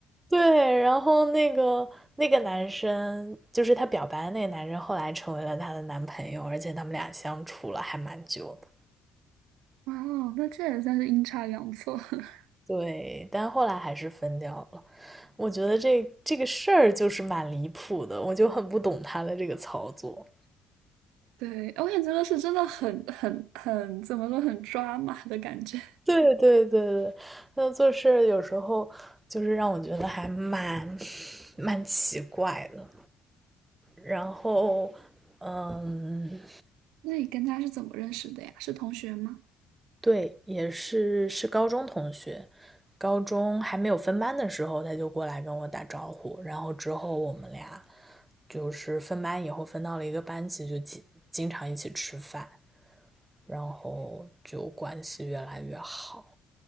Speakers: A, on the right; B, on the right.
A: 对，然后那个那个男生，就是他表白的那个男生，后来成为了她的男朋友，而且他们俩相处了还蛮久的。
B: 哇！那这也算是阴差阳错。<laughs>
A: 对，但后来还是分掉了。我觉得这这个事儿就是蛮离谱的，我就很不懂他的这个操作。
B: 对，我感觉这个是真的很很很怎么说很抓马的感觉。
A: 对对对对，他做事儿有时候就是让我觉得还蛮蛮奇怪的。然后，嗯，
B: 那你跟他是怎么认识的呀？是同学吗？
A: 对，也是是高中同学，高中还没有分班的时候，他就过来跟我打招呼，然后之后我们俩就是分班以后分到了一个班级，就经经常一起吃饭，然后就关系越来越好。